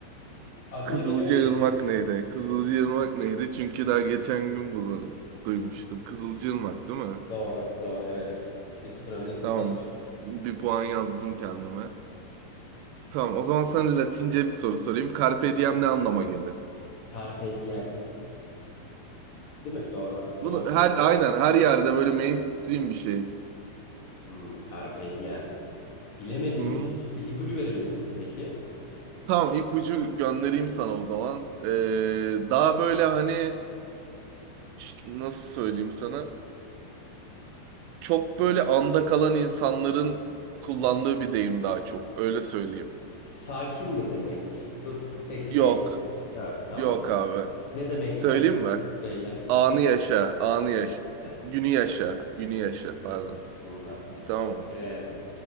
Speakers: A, on the left (about 55°); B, on the right (about 85°).
A: Aklına
B: Kızılcaırmak
A: geliyor mu?
B: Nehri. Kızılcaırmak Nehri çünkü daha geçen gün bunu duymuştum. Kızılcaırmak değil mi?
A: Doğru. Doğru. Evet. Bir sıfır öndesin.
B: Tamam.
A: Sen sor.
B: Bir puan yazdım kendime. Tamam o zaman sana Latince bir soru sorayım. Carpe diem ne anlama gelir?
A: Carpe diem. Değil mi? Doğru.
B: Bunu
A: Doğru duydum.
B: her aynen her yerde böyle mainstream bir şey.
A: Hmm, carpe diem. Bilemedim
B: Hı.
A: ya. Bir ipucu verebilir misin peki?
B: Tamam ipucu göndereyim sana o zaman. Ee, daha böyle hani ş- nasıl söyleyeyim sana? Çok böyle anda kalan insanların kullandığı bir deyim daha çok. Öyle söyleyeyim.
A: Sakin mi demek? Bu tek şey.
B: Yok.
A: Yok tamam.
B: Yok abi.
A: Ne demekti?
B: Söyleyeyim mi?
A: Söyle.
B: Anı yaşa, anı yaşa.
A: Heh,
B: Günü
A: tamam.
B: yaşa, günü yaşa pardon.
A: Bununla.
B: Tamam abi.
A: Ee,